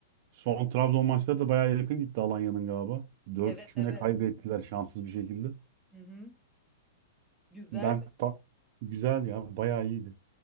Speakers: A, on the right; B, in the centre.
A: Son Trabzon maçları da bayağı yakın gitti Alanya'nın galiba. Dört
B: Evet
A: üç
B: evet.
A: müne kaybettiler şanssız bir şekilde.
B: Hı hı. Güzel.
A: Ben ta- güzel ya bayağı iyiydi.